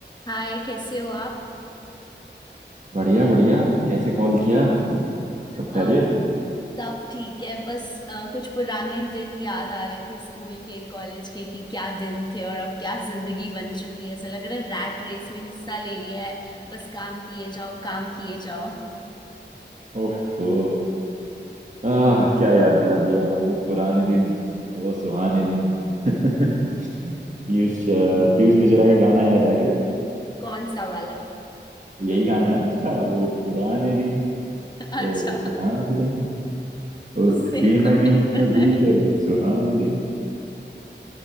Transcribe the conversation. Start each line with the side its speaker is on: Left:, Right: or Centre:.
Left: हाय कैसे हो आप
Right: बढ़िया बढ़िया कैसे कॉल किया सब
Left: अ,
Right: खैरियत
Left: सब ठीक है बस अ, कुछ पुराने दिन याद आ रहे थे स्कूल के कॉलेज के कि क्या दिन थे और अब क्या जिंदगी बन चुकी है ऐसा लग रहा है रैट रेस में हिस्सा ले लिया है बस काम किए जाओ काम किए जाओ
Right: ओफो आह क्या याद दिला दिया वो पुराने दिन वो सुहाने दिन <laughs> पीयूष अ, पीयूष मिश्रा का गाना याद आ गया
Left: कौन सा वाला
Right: यही गाना है ना उसका वो पुराने दिन
Left: <laughs> अच्छा
Right: वो सुहाने दिन उसकी
Left: मेरे
Right: नमी
Left: को नहीं पता
Right: में भीगे
Left: है
Right: वो सुहाने दिन